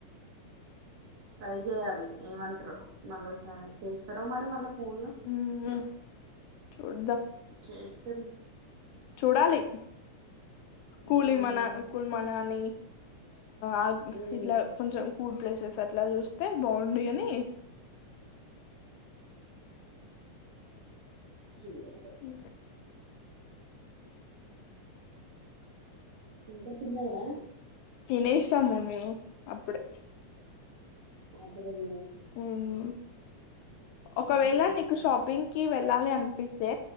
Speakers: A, on the right; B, on the left.
A: ట్రై చేయాలి ఏమంటారు మళ్ళారి చేస్తారో మరి మళ్ళా ఫోన్ లో
B: ఉ చూడద
A: చేస్త
B: చూడాలి కూళ
A: ఉమ్,
B: మనా కుల్ మనాని అ
A: ఉమ్,
B: ఇలా కొంచ కూల్డ్ ప్లేసస్ టలు తె బడు ఎని
A: స
B: ఇ
A: ఇంక తిన్నారా
B: తినేసా మమ్మీ అప్పుడే
A: అప్పుడే తిను
B: హ్మ్ ఒకవేళ
A: నేను
B: నీకు షాపింగ్ కి వెళ్ళాలి అనిపిస్తే